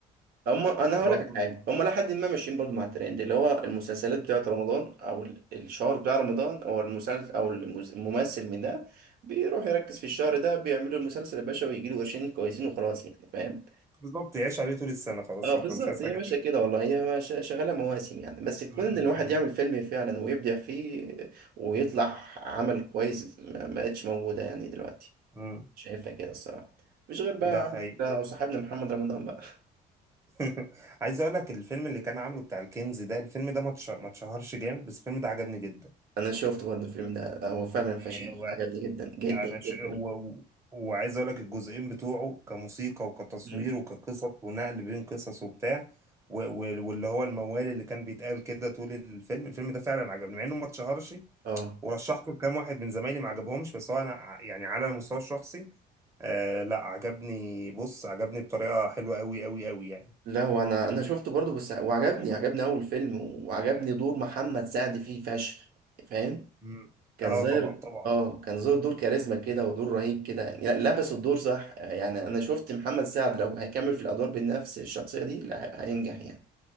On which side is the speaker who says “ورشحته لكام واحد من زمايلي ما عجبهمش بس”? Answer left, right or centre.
Right